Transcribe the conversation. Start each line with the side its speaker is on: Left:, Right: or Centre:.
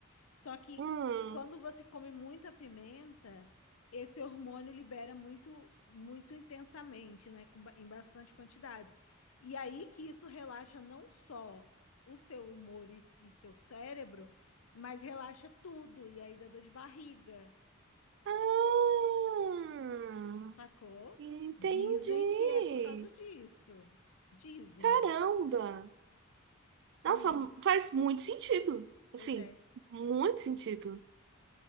Left: Só que
Right: Hum.
Left: quando você come muita pimenta, esse hormônio libera muito, muito intensamente, né? com ba- em bastante quantidade. E aí que isso relaxa não só o seu humor e, e seu cérebro, mas relaxa tudo. E aí dá dor de barriga,
Right: Ah.
Left: sacou?
Right: Entendi.
Left: Dizem que é por causa disso. Dizem.
Right: Caramba. Nossa,
Left: Uhum.
Right: faz muito sentido. Assim,
Left: Pois é.
Right: muito sentido.